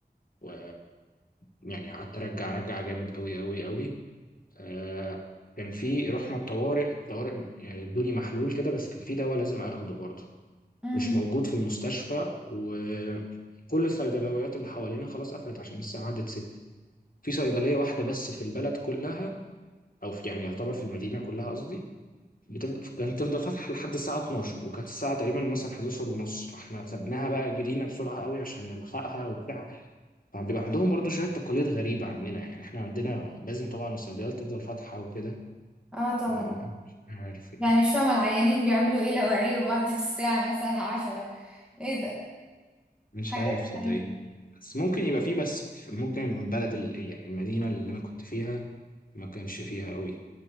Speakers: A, on the left; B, in the centre.
A: و يعني قعدت ارجع ارجع جامد قوي قوي قوي آه، كان في رحنا الطوارئ الطوارئ يعني ادوني محلول كده بس كان في دواء لازم اخده برضه
B: امم
A: مش موجود في المستشفى وكل الصيدليات اللي حوالينا خلاص قفلت عشان الساعه عدت 6 في صيدلية واحدة بس في البلد كلها أو في يعني يعتبر في المدينة كلها قصدي بتفضل كانت تفضل فاتحة لحد الساعة 12 وكانت الساعة تقريبا مثلا 11 ونص فاحنا خدناها بقى جرينا بسرعة قوي عشان نلحقها وبتاع طبعاً بيبقى عندهم برضو شوية تقاليد غريبة عننا يعني احنا عندنا لازم طبعا الصيدليات تفضل فاتحة وكده
B: اه طبعا
A: فمش عارف يعني
B: يعني مش فاهمة العيانين بيعملوا ايه لو عيوا بعد <laughs> الساعة مثلا عشرة ايه ده
A: مش
B: حاجات
A: عارف صدقيني
B: غريبة
A: بس ممكن يبقى فيه بس في- ممكن البلد ال- يعني المدينة اللي أنا كنت فيها ما كانش فيها قوي